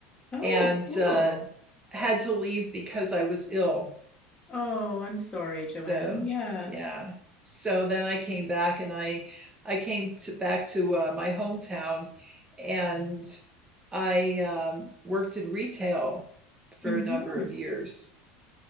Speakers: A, on the left; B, on the right.
A: Oh,
B: and
A: cool.
B: uh, had to leave because I was ill.
A: Oh, I'm sorry, Joanne.
B: So
A: Yeah.
B: yeah, so then I came back and I I came to back to uh, my hometown and I um, worked in retail for
A: Mm-hmm.
B: a number of years.